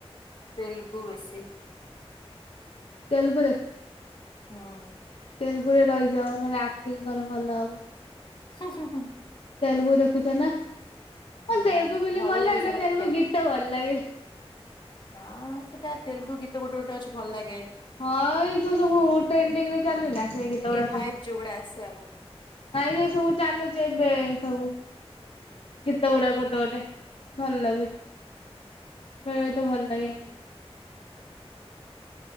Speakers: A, on the left; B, on the left.
A: ତେଲୁଗୁ ବେଶି।
B: ତେଲୁଗୁ ଦେଖ।
A: ହଁ।
B: ତେଲୁଗୁ ରେ ରହିଯାଅ, ନହଲେ ଆକ୍ଟିଙ୍ଗ୍ କର ଭଲ ହବ।
A: ହୁଁ ହୁଁ ହୁଁ।
B: ତେଲୁଗୁ ଦେଖୁଛ ନା,
A: ହୁଁ
B: ହଁ ତେଲୁଗୁ ଫିଲ୍ମ୍ ଭଲ ଲାଗେ
A: ସେଇଟା
B: ନା ତେଲୁଗୁ
A: ଦେଖିବାକୁ
B: ଗୀତ ଭଲ ଲାଗେ?
A: ହଁ, ସେଇଟା ତେଲୁଗୁ ଗୀତ ଗୋଟେ ଗୋଟେ ଅଛି ଭଲ ଲାଗେ।
B: ହଁ, ଏଇ ଯୋଉ ସବୁ ଟ୍ରେଣ୍ଡିଙ୍ଗ୍ ରେ ଚାଲେନା ସେ ଗୀତ
A: ଟିକେ
B: ଗୁଡା
A: ଭାଇବ
B: ସବୁ।
A: ଯୋଉଗୁଡା ଆସେ ଆଉ।
B: ନାଇଁ ଯେ ସବୁ ଚାଲୁଛି ଏବେ ସବୁ। ଗୀତ ଗୁଡା ଗୋଟେ ଗୋଟେ ଭଲ୍ ଲାଗୁଛି। ବେଳେ ବେଳେ ତ ଭଲ୍ ଲାଗେନି।